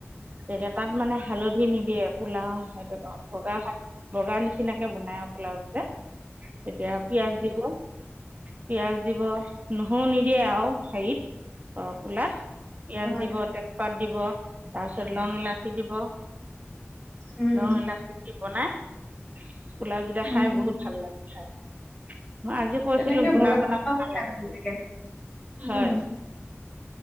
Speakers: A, on the right (about 35°); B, on the left (about 20°).
A: তেয়া তাত মানে হালধি নিদিয়ে পোলাও হৈ যাব বগা হাক বগা নি নিচিনাকে বনাই আৰু পোলাও যে, এতিয়া পিয়াজ দিব পিয়য়াজ দিব নহৰু নিদিয়ে আৰু হেৰিত অ পোলাত পিয়াজ
B: হয়
A: দিব, তেজপাত দিব, তাৰপিছত লং এলাচি দিব,
B: উম
A: লং এলাচি দি বনাই, পোলাওকেইটা
B: উম
A: খাই বহুত ভাল লাগে খাই। মই আজি কৈছিলো
B: তেনেকে
A: ঘুনা
B: বগা
A: বনা
B: ব্লাউজ
A: বনালে হয়,
B: লাগে উম
A: হয়।